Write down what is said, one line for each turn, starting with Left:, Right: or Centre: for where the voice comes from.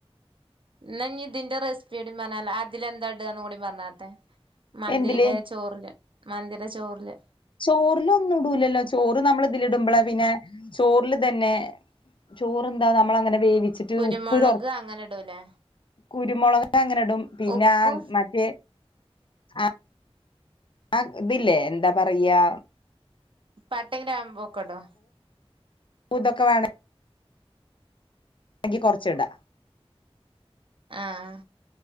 Right: ഇന്നാഞ് ഇതിൻ്റെ റെസിപ്പിയൂടി പറഞ്ഞാട്ടെ ആതിലെന്താ ഇടാന്ന് കൂടി പറഞ്ഞാട്ടെ? മന്തിയുടെ
Left: എന്തില്
Right: ചോറില് മന്തിയുടെ ചോറില്.
Left: ചോറിലൊന്നും ഇടൂലല്ലോ ചോറ് നമ്മൾ ഇതില് ഇടുമ്പള് പിന്നെ ചോറില് തന്നെ. ചോറെന്താ നമ്മള് അങ്ങനെ വേവിച്ചിട്ട്
Right: കുരുമുളക്
Left: ഉപ്പ് തൊ
Right: അങ്ങനെ ഇടൂലേ
Left: കുരുമുളക് അങ്ങനെ ഇടും പിന്നെ
Right: ഉപ്പും
Left: ആ മറ്റേ ആ ആ ഇതില്ലേ എന്താ പറയാ
Right: പട്ടേം ഗ്രാമ്പൊക്കെ ഇടോ?
Left: <unintelligible> വേണം എങ്കി കൊറച്ച് ഇടാ.
Right: ആഹ്